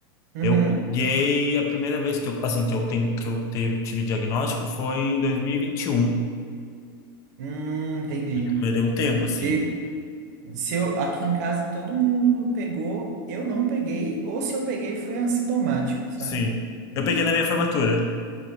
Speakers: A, on the right (about 50°); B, on the left (about 25°).
A: Uhum.
B: Eu peguei a primeira vez que eu, assim, que eu, ten, que eu teve, tive diagnóstico foi em 2021.
A: Hum, entendi.
B: Demorei um tempo, assim.
A: E Se eu, aqui em casa todo mundo pegou, eu não peguei, ou se eu peguei foi assintomático, sabe?
B: Sim. Eu peguei na minha formatura.